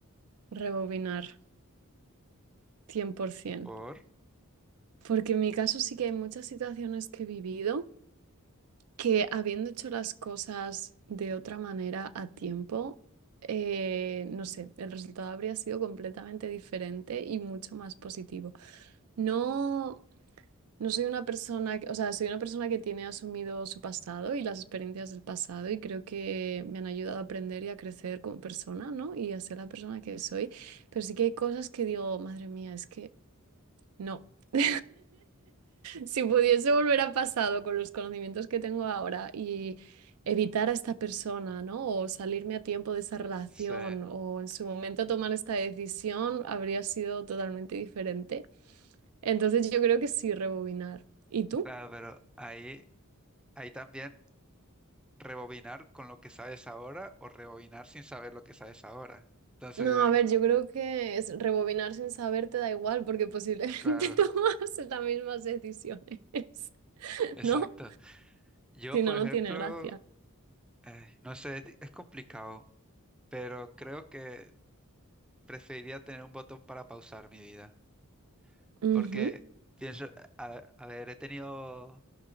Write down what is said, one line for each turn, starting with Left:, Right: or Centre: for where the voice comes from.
Right: rebobinar, 100%.
Centre: Por...
Right: Porque en mi caso sí que hay muchas situaciones que he vivido que habiendo hecho las cosas de otra manera a tiempo, eh, no sé, el resultado habría sido completamente diferente y mucho más positivo. No, No soy una persona, que- o sea, soy una persona que tiene asumido su pasado y las experiencias del pasado y creo que me han ayudado a aprender y a crecer como persona, ¿no? Y a ser la persona que soy. Pero sí que hay cosas que digo, madre mía, es que no. <laughs> Si pudiese volver al pasado con los conocimientos que tengo ahora y evitar a esta persona, ¿no? O salirme a tiempo de esa relación
Centre: Sí.
Right: o en su momento tomar esta decisión, habría sido totalmente diferente. Entonces yo creo que sí, rebobinar. ¿Y tú?
Centre: Claro, pero ahí, ahí también rebobinar con lo que sabes ahora o rebobinar sin saber lo que sabes ahora. Entonces,
Right: No, a ver, yo creo que es rebobinar sin saber te da igual porque posiblemente
Centre: claro,
Right: <laughs> tomas las mismas decisiones, <laughs>
Centre: exacto.
Right: ¿no?
Centre: Yo,
Right: Si
Centre: por
Right: no, no
Centre: ejemplo,
Right: tiene gracia.
Centre: eh, no sé, es complicado, pero creo que preferiría tener un botón para pausar mi vida.
Right: Ujú,
Centre: Porque pienso, a, a ver, he tenido